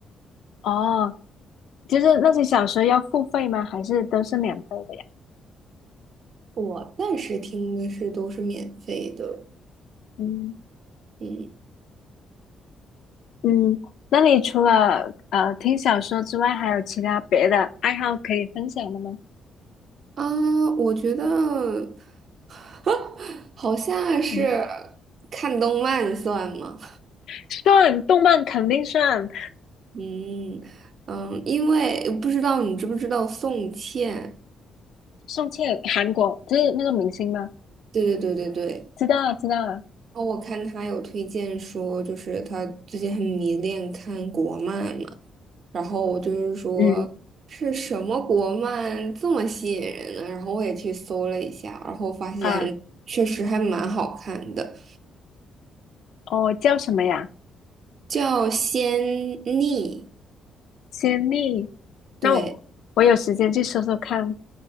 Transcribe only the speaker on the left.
哦，就是那些小说要付费吗？还是都是免费的呀？
嗯
嗯，那你除了呃听小说之外，还有其他别的爱好可以分享的吗？
嗯。
算动漫肯定算。
宋茜，韩国就是那个明星吗？
知道啊，知道啊。
嗯
啊，哦，叫什么呀？
仙丽。
那我我有时间去搜搜看。